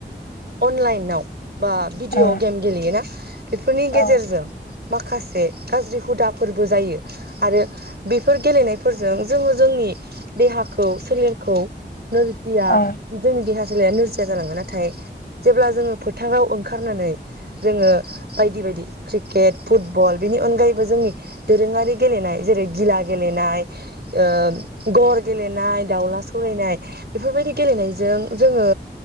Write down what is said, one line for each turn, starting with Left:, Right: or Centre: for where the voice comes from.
Right: अनलाइनाव बा भिडिअ'
Left: औ
Right: गेम गेलेयोना बेफोरनि
Left: औ
Right: गेजेरजों माखासे गाज्रि हुदा फोरबो जायो। आरो बेफोर गेलेनाय फोरजों जोङो जोंनि देहाखौ सोलेरखौ नोरजिया
Left: औ
Right: जोंनि देहा सोलाया नोरजि <unintelligible> जालाङो नाथाय जेब्ला जोङो फोथाङाव ओंखारनानै जोङो बायदि बायदि क्रिकेट फुटबल बेनि अनगायैबो जोंनि दोरोङारि गेलेनाय जेरै गिला गेलेनाय ओ गर गेलेनाय दाउला सौलायनाय बेफोरबायदि गेलेनायजों जोङो